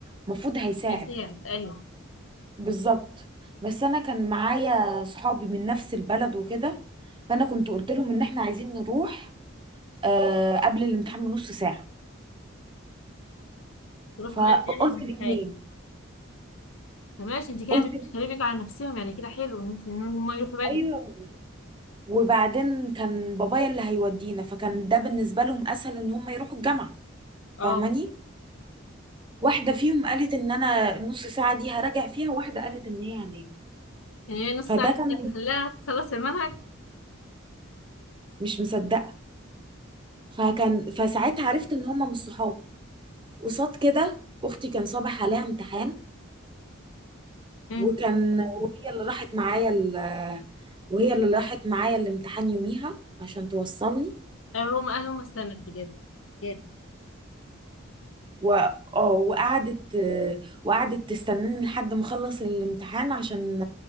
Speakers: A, on the right (about 25°); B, on the left (about 75°).
A: مفروض هيساعد
B: بيساعد ايوه
A: بالظبط بس انا كان معايا صحابي من نفس البلد وكده فانا كنت قلت لهم ان احنا عايزين نروح آه قبل الامتحان بنص ساعة
B: يروحوا
A: فقلت
B: بدري يعني من
A: الاثنين
B: حاجه طب ماشي انت كده
A: قلت
B: مش بتخليهم يجوا على نفسهم يعني كده حلو ان انت ان هم يروحوا بدري
A: ايوه وبعدين كان بابايا اللي هيودينا فكان ده بالنسبة لهم اسهل ان هم يروحوا الجامعة فاهماني
B: اه
A: واحدة فيهم قالت ان انا النص ساعة دي هراجع فيها واحدة قالت ان هي هنام
B: يعني هي نص
A: فده
B: ساعه
A: كان
B: كده تخليها تخلص المنهج
A: مش مصدقه فكان فساعتها عرفت ان هما مش صحابي قصاد كده اختي كان صبح عليها امتحان
B: امم
A: وكان وهي اللي راحت معايا ال... وهي اللي راحت معايا الامتحان يوميها عشان توصلني
B: هم اهلهم استنت بجد بجد
A: و... اه وقعدت وقعدت تستناني لحد ما اخلص الامتحان عشان